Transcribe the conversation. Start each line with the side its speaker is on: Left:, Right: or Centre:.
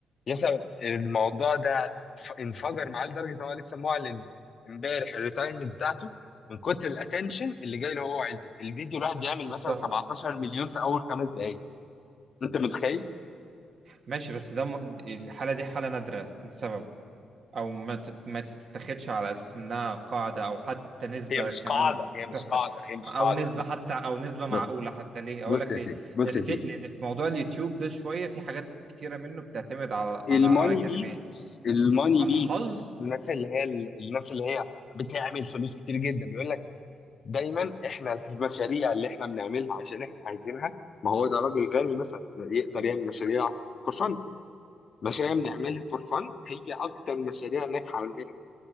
Left: يسا الموضوع ده ف- انفجر معاه لدرجه ان هو لسه معلن امبارح الريتايرمنت بتاعته من كتر الاتنشن اللي جاي له هو وعيلته الفيديو الواحد بيعمل
Right: شفتها
Left: مثلا 17 مليون في اول خمس دقائق انت متخيل
Right: ماشي بس ده م... الحالة دي حالة نادرة لسبب او ما تت- ما تتاخدش على اساس انها قاعده او حتى نسبه
Left: هي مش
Right: كمان
Left: قاعده هي مش
Right: تحسب
Left: قاعده هي مش
Right: او
Left: قاعده
Right: نسبه
Left: بص
Right: حتى او نسبه معقوله
Left: بص
Right: حتى ليه
Left: بص
Right: اقول لك
Left: يا
Right: ليه
Left: سيدي بص
Right: لان
Left: يا سيدي
Right: في لان في موضوع اليوتيوب ده شويه في حاجات كتيره منه بتعتمد على
Left: الماني
Right: على على جانبين
Left: بيست الماني
Right: على
Left: بيست
Right: الحظ
Left: الناس اللي هي الناس اللي هي بتعمل فلوس كتير جدا بيقول دايما احنا المشاريع اللي احنا بنعملها عشان احنا عايزينها ما هو ده راجل غني مثلا يقدر يعمل مشاريع فور فن مشاريع بنعملها فور فن هي اكتر مشاريع ناجحه عندنا